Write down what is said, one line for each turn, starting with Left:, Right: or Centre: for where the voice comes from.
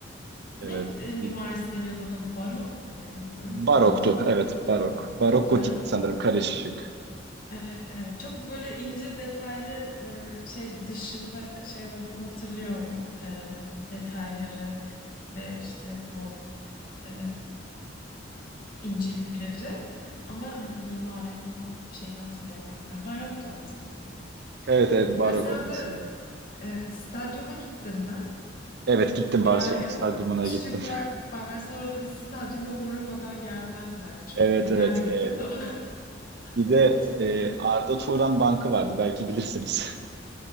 Right: Evet.
Left: Ne e, mimarisi
Right: E,
Left: deniyordu ona? Barok mu deniyordu? Böyle
Right: Baroktu.
Left: bir gotik,
Right: Evet, barok. Barok
Left: barok
Right: gotik sanırım
Left: mimari.
Right: karışık.
Left: Evet, evet. Çok böyle ince detaylı e, şey dışında şey olduğunu hatırlıyorum. E, detayları ve işte o e, incelikleri. Ama hani mimarinin tam şeyini hatırlayamadım. Yani baroktu ama sanırım.
Right: Evet evet barok
Left: Barcelona'da
Right: olması
Left: e, stadyuma gittin mi?
Right: Evet gittim
Left: Genellikle
Right: Barcelona stadyumuna
Left: Türkler
Right: gittim. <laughs>
Left: Barcelona'da bir stadyuma uğramadan gelmezler çünkü.
Right: Evet evet.
Left: Ben de gittim
Right: E,
Left: de o-
Right: bir
Left: <laughs>
Right: de
Left: onun için
Right: e,
Left: söyledim.
Right: Arda Turan Bankı vardı belki bilirsiniz. <laughs>